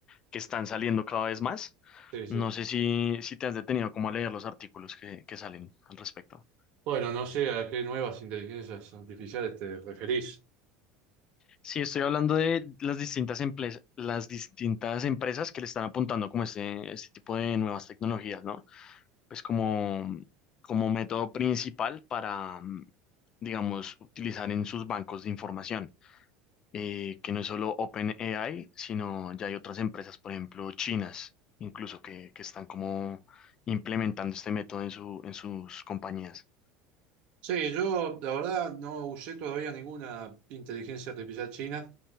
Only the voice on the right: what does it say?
Sí, sí.
Bueno, no sé a qué nuevas inteligencias artificiales te referís.
Sí, yo la verdad no usé todavía ninguna inteligencia artificial china.